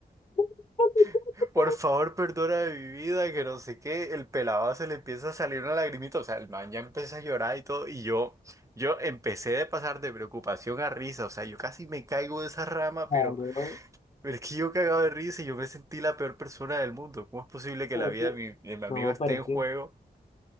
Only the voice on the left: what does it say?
<laughs>
Claro,
pero
es que,
no,
pero es
que,